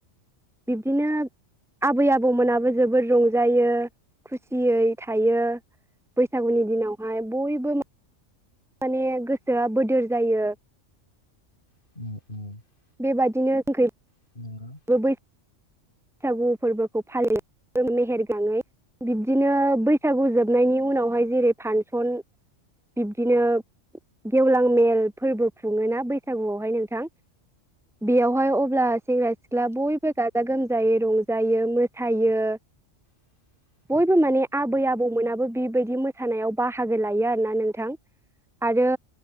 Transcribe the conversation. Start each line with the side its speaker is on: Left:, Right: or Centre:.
Centre: बिब्दिनो आबै आबौमोनाबो जोबोर रंजायो, खुसियै थायो, बैसागुनि दिनावहाय बयबो म माने गोसोआ बोदोर जायो।
Left: <inaudible>
Centre: बेबायाददिनो <unintelligible>
Left: <unintelligible>
Centre: <unintelligible> बैसागु फोरबोखौ फालियो मेहेर गोनाङै। बिब्दिनो बैसागु जोबनायनि उनावहाय जेरै फांसन बिब्दिनो गेवलां मेल फोरबो खुङोना बैसागुआवहाय नोंथां। बेयावहाय अब्ला सेंग्रा सिख्ला बयबो गाजा गोम जायै रंजायो मोसायो।
Left: <unintelligible>
Centre: बयबो माने आबै आबौमोनाबो बेबायदि मोसानायाव बाहागो लायो आरोना नोंथां। आरो